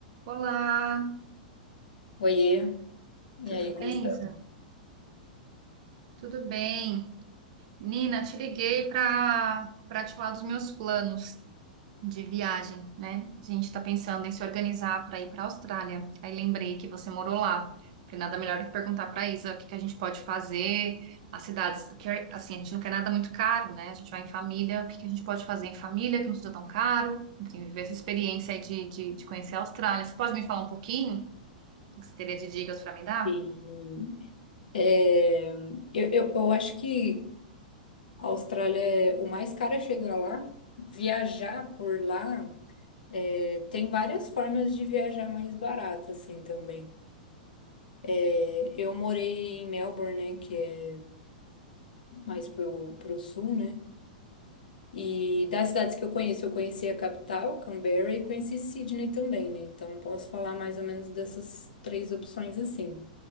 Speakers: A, on the right; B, on the left.
A: Olá,
B: Oiê, e
A: tudo
B: aí, como
A: bem,
B: estamos?
A: Isa? Tudo bem. Nina. te liguei para para te falar dos meus planos de viagem, né? A gente está pensando em se organizar para ir para a Austrália. Aí lembrei que você morou lá. Falei, nada melhor que perguntar para Isa o que que a gente pode fazer, as cidades, que, é, assim, a gente não quer nada muito caro, né? A gente vai em família, o que que a gente pode fazer em família que não seja tão caro, enfim, viver essa experiência aí de, de, de conhecer a Austrália. Você pode me falar um pouquinho? O que você teria de dicas para me dar?
B: Sim. É, eu, eu, eu acho que a Austrália é o mais caro é chegar lá. Viajar por lá, é, tem várias formas de viajar mais barato, assim, também. É, eu morei em Melbourne, né, que é mais pro, pro sul, né? E das cidades que eu conheço, eu conheci a capital, Canberra, e conheci Sydney também, né? Então, posso falar mais ou menos dessas três opções, assim.